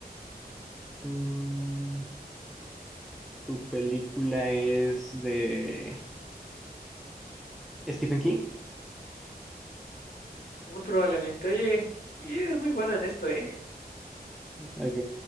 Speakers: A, in the centre; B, on the left.
A: Mm, ¿tu película es de Stephen King?
B: muy probablemente. Oye, y eres muy bueno en esto, ¿eh?
A: Ok.